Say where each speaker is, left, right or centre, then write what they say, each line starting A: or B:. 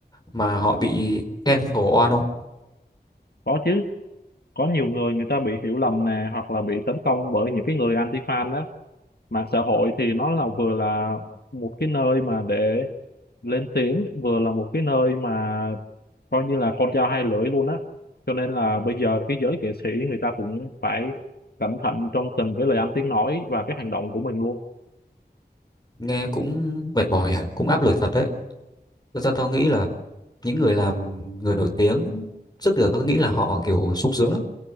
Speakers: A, on the left; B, on the left.
A: mà họ bị cancel oan không?
B: có chứ có nhiều người người ta bị hiểu lầm nè hoặc là bị tấn công bởi những cái người anti fan á mạng xã hội thì nó là vừa là một cái nơi mà để lên tiếng vừa là một cái nơi mà coi như là con dao hai lưỡi luôn á cho nên là bây giờ cái giới nghệ sĩ người ta cũng phải cẩn thận trong từng cái lời ăn tiếng nói và cái hành động của mình luôn
A: Nghe cũng mệt mỏi, à, cũng áp lực thật đấy. Thật ra tao nghĩ là những người làm người nổi tiếng trước giờ tao cứ nghĩ là họ kiểu sung sướng lắm,